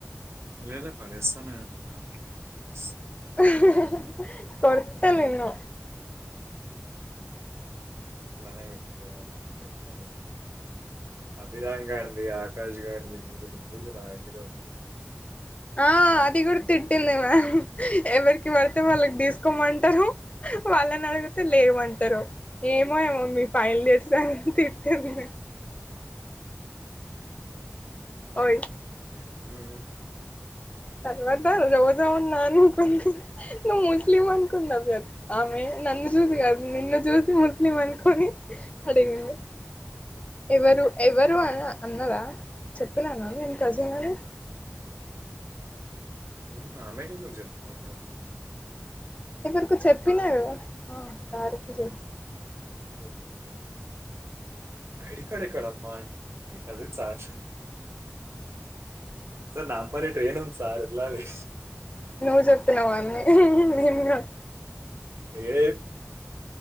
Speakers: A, on the right; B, on the left.
A: లేదు పడేస్తా నేను <unintelligible>
B: హా హా కొడుత నిన్ను
A: అట్లానే పెట్టుకోవాలి పెడతాలే అభిరాం గాదీ ఆకాష్గాడిది నీది ముగ్గురుది నా దగ్గరే ఉంది
B: ఆ అది కూడా తిట్టింది మ్యామ్ ఎవరికి పడితే వాళ్ళకి తీసుకోమంటారు వాళ్ళని అడిగితే లేవంటారు ఏమో ఏమో మీ ఫైన్ లియర్స్ అన్ తిట్టేంది ఓయ్
A: ఏ ఉమ్ ఉమ్ <unintelligible>
B: తర్వాత రోజా ఉన్నా అనుకుంది నువ్వు ముస్లిం అనుకున్నద్ ఆమె నన్ను చూసి
A: ఆ,
B: కాదు నిన్ను చూసి ముస్లిం అనుకొని అడిగింది ఎవరు ఎవరు అనా అన్నారా చెప్పిననా నేన్ కజిన్ అని
A: ఉమ్ ఆమె కెందుకు చెప్తావ్ కజిన్ అని
B: ఎవరిలో చెప్పినా కదా ఆ సారికి చోప్
A: గోకవినే ఐడి కార్డు ఎక్కడమ్మా అంటే cousin sir sir Nampally train ఉంది సార్ వెళ్ళాలి
B: నువ్వు చెప్తున్నావు అన్నీ నేన్ కాదు
A: ఏదేది